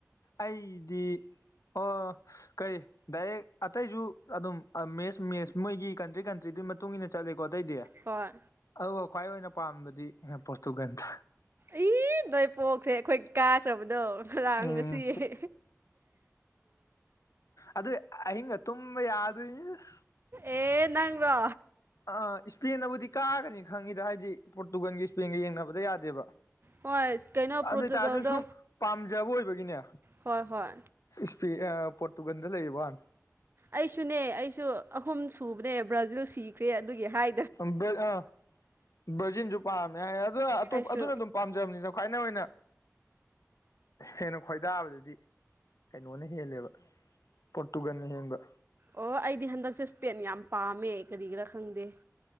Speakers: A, on the left (about 85°); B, on the right (about 45°).
A: ꯑꯩꯗꯤ ꯑꯣ ꯀꯩ ꯗꯥꯏꯔꯦꯛ ꯑꯇꯩꯁꯨ ꯑꯗꯨꯝ ꯃꯦꯁ ꯃꯦꯁ ꯃꯣꯏꯒꯤ ꯀꯟꯇ꯭ꯔꯤ ꯀꯟꯇ꯭ꯔꯤꯗꯨꯢ ꯃꯇꯨꯡ ꯏꯟꯅ ꯆꯠꯂꯦꯀꯣ ꯑꯇꯩꯗꯤ
B: ꯍꯣꯏ
A: ꯑꯗꯨꯒ ꯈ꯭ꯋꯥꯏ ꯑꯣꯏꯅ ꯄꯥꯝꯕꯗꯤ ꯄꯣꯔꯇꯨꯒꯟꯗꯣ
B: ꯑꯩ ꯅꯣꯏ ꯄꯣꯈ꯭ꯔꯦ ꯑꯩꯈꯣꯏ ꯀꯥꯈ꯭ꯔꯕꯗꯣ ꯈꯥꯔꯥꯡꯉꯥꯁꯤ
A: ꯎꯝ
B: ꯑ
A: ꯑꯗꯨꯏ ꯑꯍꯤꯡꯒꯥ ꯇꯨꯝꯕ ꯌꯥꯗꯔ꯭ꯤꯅꯤꯗꯥ
B: ꯑꯦ ꯅꯪ꯭ꯔꯣ
A: ꯑꯥ ꯏꯁꯄꯦꯟꯅꯕꯨꯗꯤ ꯀꯥꯒꯅꯤ ꯈꯪꯉꯤꯗ ꯍꯥꯏꯗꯤ ꯄꯣꯔꯇꯨꯒꯟꯒ ꯏꯁꯄꯦꯟꯒ ꯌꯦꯡꯅꯕꯗ ꯌꯥꯗꯦꯕ
B: ꯍꯣꯏ ꯀꯩꯅꯣ ꯄꯔꯣꯇꯨꯒꯜꯗꯣ
A: ꯑꯗꯨ ꯑꯣꯏ ꯇꯥꯔꯁꯨ ꯁꯨꯝ ꯄꯥꯝꯖꯕ ꯑꯣꯏꯕꯒꯤꯅꯦ
B: ꯍꯣꯏ ꯍꯣꯏ
A: ꯏꯁꯄꯦ ꯑ ꯄꯣꯔꯇꯨꯒꯟꯗ ꯂꯩꯔꯤꯕ ꯋꯥꯅꯦ
B: ꯑꯩꯁꯨꯅꯦ ꯑꯩꯁꯨ ꯑꯍꯨꯝ ꯁꯨꯕꯅꯦ ꯕ꯭ꯔꯥꯖꯤꯜ ꯁꯤꯈ꯭ꯔꯦ ꯑꯗꯨꯒꯤ ꯍꯥꯏ
A: ꯁꯨꯝ ꯕꯔ ꯑ ꯕꯔꯖꯤꯟꯁꯨ ꯄꯥꯝꯃꯦ ꯍꯥꯏ ꯑꯗꯨ ꯑꯇꯣꯞ
B: ꯑꯩꯁꯨ
A: ꯑꯗꯨꯅ ꯑꯗꯨꯝ ꯄꯥꯝ ꯖꯕꯥꯅꯤꯗ ꯈꯋ꯭ꯥꯏꯅ ꯑꯣꯏꯅ ꯍꯦꯟꯅ ꯈꯣꯏꯗꯥꯕꯗꯗꯤ ꯀꯩꯅꯣꯅ ꯍꯦꯜꯂꯦꯕ ꯄꯣꯔꯇꯨꯒꯜꯅ ꯍꯦꯟꯕ
B: ꯑꯣ ꯑꯩꯗꯤ ꯍꯟꯗꯛꯁꯦ ꯏꯁꯄꯦꯟ ꯌꯥꯝ ꯄꯥꯝꯃꯦ ꯀꯔꯤꯒꯤꯔꯥ ꯈꯪꯗꯦ